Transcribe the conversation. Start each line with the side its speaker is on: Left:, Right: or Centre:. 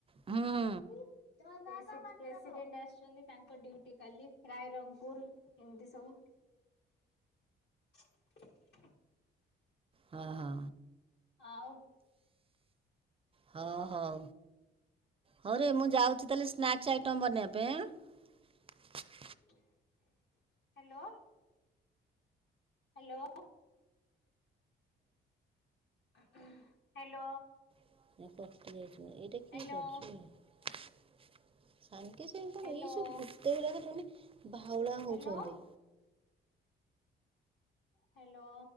Right: ହୁଁ ହୁଁ
Left: <inaudible> ସେହି ପ୍ରେସିଡେଣ୍ଟ ଆସିଛନ୍ତି ତାଙ୍କ ଡିୟୁଟି କାଲି ରାଇରଙ୍ଗପୁର ଏମିତି ସବୁ <inaudible>
Right: ହଁ ହଁ।
Left: ଆଉ <inaudible>
Right: ହଁ ହଉ ହଉରେ ମୁଁ ଯାଉଛି ତାହେଲେ ସ୍ନାକ୍ସ ଆଇଟମ ବନେଇବା ପାଇଁ ଆଁ। <inaudible>
Left: <inaudible> ହ୍ୟାଲୋ। ହ୍ୟାଲୋ। <inaudible> ହ୍ୟାଲୋ।
Right: <inaudible> ଏଇଟା କି
Left: ହ୍ୟାଲୋ
Right: କରଛୁ <inaudible> ସାଙ୍ଗେ ସାଙ୍ଗେ ସେ
Left: ହ୍ୟାଲୋ
Right: ଏଇ ସବୁ ଭୂତ ଗୁଡାକ ସବୁ ଭାଉଳା ହୋଉଛନ୍ତି।
Left: ହ୍ୟାଲୋ ହ୍ୟାଲୋ।